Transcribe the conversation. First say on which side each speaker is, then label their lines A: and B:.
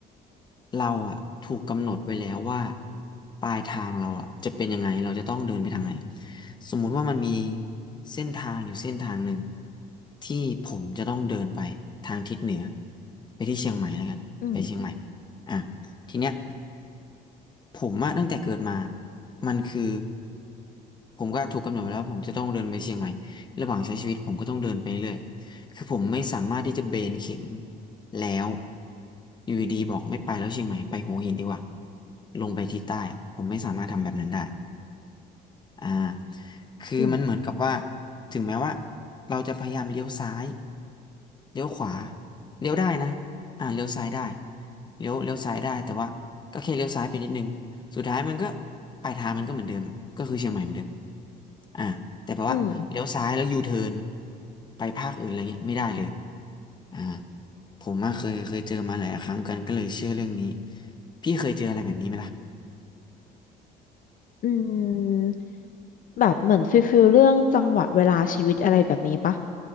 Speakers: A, on the left (about 25°); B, on the left (about 55°).
A: เราอะถูกกำหนดไว้แล้วว่าปลายทางเราอะจะเป็นยังไงเราจะต้องเดินไปทางไหนสมมุติว่ามันมีเส้นทางอยู่เส้นทางหนึ่งที่ผมจะต้องเดินไปทางทิศเหนือไปที่เชียงใหม่แล้วกันไปเชียงใหม่
B: อืม
A: อ่ะทีเนี้ย ผมอะตั้งแต่เกิดมามันคือผมก็ถูกกำหนดไว้แล้วาผมจะต้องเดินไปเชียงใหม่ระหว่างใช้ชีวิตผมก็ต้องเดินไปเรื่อยคือผมไม่สามารถที่จะเบนเข็มแล้วอยู่ดีๆบอกไม่ไปแล้วเชียงใหม่ไปหัวหินดีกว่าลงไปทิศใต้อะผมไม่สามารถทำแบบนั้นได้ อ่าคือมันเหมือนกับว่า
B: อืม
A: ถึงแม้ว่าเราจะพยายามเลี้ยวซ้ายเลี้ยวขวาเลี้ยวได้นะอ่าเลี้ยวซ้ายได้เลี้ยวเลี้ยวซ้ายได้แต่ว่าก็แค่เลี้ยวซ้ายไปนิดนึงสุดท้ายมันก็ปลายทางมันก็เหมือนเดิมก็คือเชียงใหม่เหมือนเดิมอ่าแต่แปลว่าเลี้ยวซ้ายแล้วยูเทิร์น
B: อืม
A: ไปภาคอื่นอะไรเงี้ยไม่ได้เลยอ่าผมมาเคยเคยเจอมาหลายครั้งกันก็เลยเชื่อเรื่องนี้พี่เคยเจออะไรแบบนี้ไหมล่ะ
B: อืมแบบเหมือนฟิลฟิลเรื่องจังหวะเวลาชีวิตอะไรแบบนี้ปะ